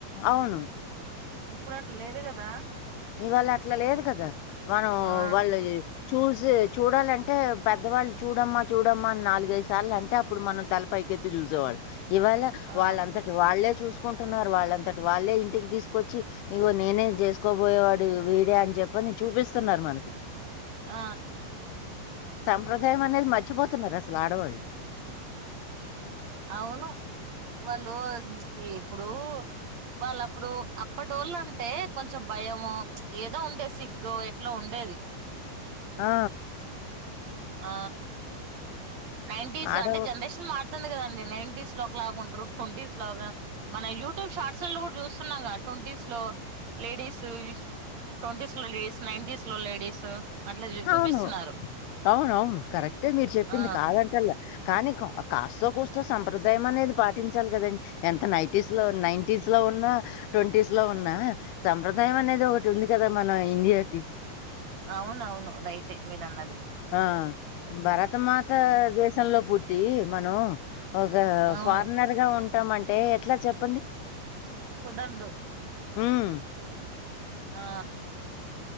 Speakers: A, on the left (about 80°); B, on the right (about 45°).
A: అవును
B: ఇప్పుడు అట్లా లేదు కదా
A: ఇవాళ అట్లా లేదు కదా మనం
B: ఆ
A: వాళ్ళు చూసి చూడాలంటే పెద్దవాళ్ళు చూడమ్మా చూడమ్మా అని నాలుగైదు ఐదు సార్లు అంటే అప్పుడు మనం తలపైకెత‌్తి చూసేవాళ్ళం ఇవాళ
B: ఆ
A: వాళ్ళంతటి వాళ్ళే చూసుకుంటున్నారు వాళ్ళంతటి వాళ్ళే ఇంటికి తీసుకొచ్చి ఇగో నేనె చేసుకో పోయేవాడు వీడే అని చెప్పని చూపిస్తున్నారు మనకి
B: ఆ
A: సంప్రదాయం అనేది మర్చిపోతున్నారు అసలు ఆడవాళ్ళు
B: అవును, వాళ్ళు ఇప్పుడు వాళ్ళ అప్పుడు అప్పటోళ‌్ళు అంటే కొంచెం భయమొ ఏదో ఉండే సిగ‌్గో ఎట‌్లో ఉండేది
A: ఆ
B: ఆ నైంటీస్
A: ఆడ
B: అంటే జనరేషన్ మాట్ వంది కదండి నైంటీస్ లో ఒకలాగా ఉంటారు, ట్వంటీస్ లాగా, మన యూట్యూబ్ షార్ట్స్ లో, కూడా చూస్తున్నాగా ట్వంటీస్ లో లేడీస్ ట్వంటీస్ లో లేడీస్ నైంటస్ లో లేడీస్ అట్లా
A: అవును
B: చూపిస్తున్నారు
A: అవును అవును కరెక్టే మీరు చెప్
B: ఆ
A: ింది కాదంటల్ కానీ కాస్తో కుస్తో సంప్రదాయం అనేది పాటించాలి కదండి, ఎంత నైటీస్ లో నైంటస్ లో ఉన్నా ట్వంటీస్ లో ఉన్నా సంప్రదాయం అనేది ఒకటి ఉంది కదా మన ఇండియాకి.
B: అవునవును రైటె మీరు అన్నది
A: ఆ భరతమాత దేశంలో పుట్ టి మనం ఒక
B: అవును
A: ఫారినర్ గా ఉం చట్టామంటే ఎట్లా చెప్పండి
B: కుదరదు
A: హ్మ్.
B: ఆ